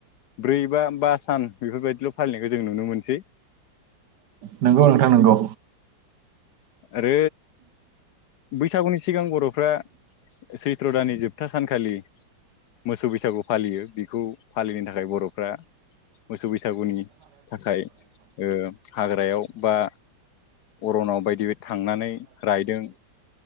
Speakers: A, on the left (about 70°); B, on the right (about 70°).
A: ब्रै बा बा सान बेफोरबायदिल' फालिनायखौ जों नुनो मोनसै
B: नंगौ नोंथां नोंगौ
A: आरो बैसागुनि सिगां बर'फ्रा सैत्र' दानानि जोबथा सानखालि मोसौ बैसागु फालियो बेखौ फालिनो थाखाय बर'फ्रा मोसौ बैसागुनि थाखाय ओ हाग्रायाव बा अरनाव बायदि थांनानै रायदों